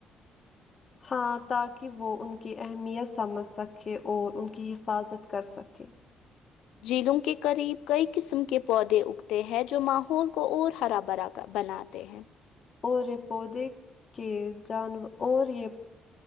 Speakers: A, on the left (about 45°); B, on the left (about 85°).
A: ہاں تاکہ وہ ان کی اہمیت سمجھ سکے اور ان کی حفاظت کر سکے
B: جیلوں کے قریب کئی قسم کے پودے اگتے ہیں جو ماحول کو اور ہرا بھرا بناتے ہیں
A: اور یہ پودے کے جان اور یہ